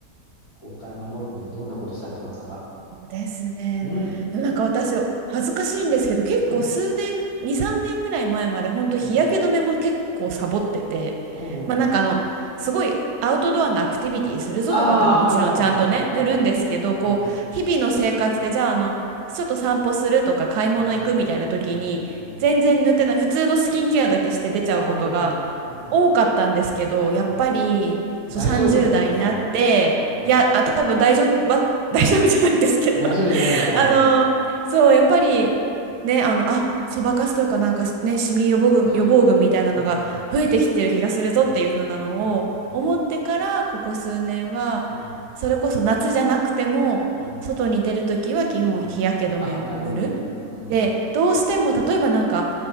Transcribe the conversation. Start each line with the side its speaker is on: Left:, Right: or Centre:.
Left: ここから守るにはどんなことされてますか
Right: そうですね。
Left: うん、
Right: でもなんか私、恥ずかしいんですけど、結構数年、
Left: うん、
Right: 2、3年ぐらい前まで、本当日焼け止めも結構サボってて、
Left: うん、うん。
Right: まあなんかあの、すごいアウトドアのアクティビティするぞとかだったらもちろんちゃんとね、
Left: ああ、はいはいはい、
Right: 塗るんですけど、
Left: はい。
Right: こう、
Left: うん、
Right: 日々の生活で、じゃああの、ちょっと散歩するとか買い物行くみたいな時に、
Left: うん、うん、うん。
Right: 全然塗ってない、普通のスキンケアだけして出ちゃうことが
Left: あ、本当にうん、
Right: 多かったんですけど、
Left: うん。
Right: やっぱり、そう30代になって、
Left: 大丈夫だった、それ。うん。
Right: いや、あ、多分大丈夫。<laughs> 大丈夫じゃないんですけど
Left: 大丈夫じゃないよな、
Right: <laughs> あのそうやっぱりねあのあそばかすとかなんかねシミ予防群予防群みたいなのが増えてきてる気がするぞっていう風なのを思ってからここ数年はそれこそ夏じゃなくても外に出るときは基本日焼け止めを塗る
Left: うん。ああ、よ、うん、うん、うん、うん、うん、うん、うん。うんあ、なるほどね。うん、
Right: で、どうしても例えばなんか